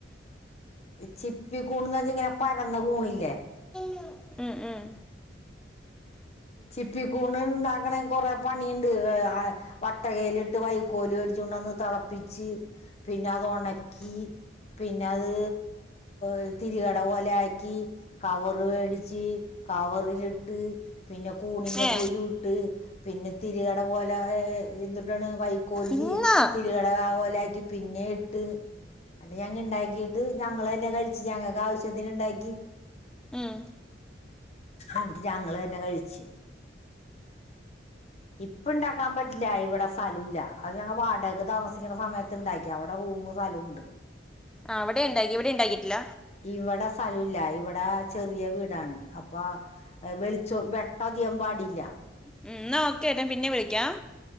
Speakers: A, on the left (about 35°); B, in the centre.
A: ഇ ചിപ്പി കൂണന്ന്പറഞ്ഞയിഞ്ഞാ ഇങ്ങനെ പരന്ന കൂണില്ലേ
B: ഉം ഉം
A: ചിപ്പിക്കൂണ് ഇണ്ടാക്കണെങ്ങ് കൊറെ പണിയുണ്ട് വട്ടകയിലിട്ട് വൈക്കോല് മേടിച്ച്കൊണ്ട്ന്ന് തളപ്പിച്ച് പിന്നെ അത് ഒണക്കി പിന്നെ അത് ഇഹ് തിരികട പോലെ ആക്കി കവർ മേടിച്ച് കവറിലിട്ട് പിന്നെ കൂണിന്റെ
B: ഏ
A: കുരു ഇട്ട് പിന്നെ തിരികട പോലെ എഹ് എന്തുട്ടാണ് വൈക്കോൽല്
B: ഇന്ന്
A: തിരു കടക പോലെ ആക്കി പിന്നെയിട്ട് ഉം അത് ഞങ്ങെ ഇണ്ടാക്കിയിട്ട് ഞങ്ങള്തന്നെ കഴിച്ച് ഞങ്ങൾക്ക് ആവശ്യത്തിന് ഇണ്ടാക്കി
B: ഉം
A: എന്ന്ട്ട് ഞങ്ങള് തന്നെ കഴിച്ച് ഇപ്പ ഇണ്ടാക്കാൻ പറ്റില്ല ഇവിടെ സലൂല്ല അത് ഞങ്ങ വാ ടകക്ക് താമസിക്കുന്ന സമയത്ത് ഇണ്ടാക്കിയാ അവിടെ റൂമ് സ്ഥലവുംണ്ട്
B: ആഹ് അവിടെയിണ്ടാക്കി ഇവിടെ ഇണ്ടാക്കിയിറ്റില്ല
A: ഇവിടെ സ്ഥലൂല്ല ഇവിടെ ചെറിയ വീടാണ് അപ്പൊ വെളിച്ചോ വെട്ടം അധികം പാടില്ല
B: ഉം ഇന്നാ ഓക്കെട്ടാ ഞാ പിന്നെ വിളിക്കാം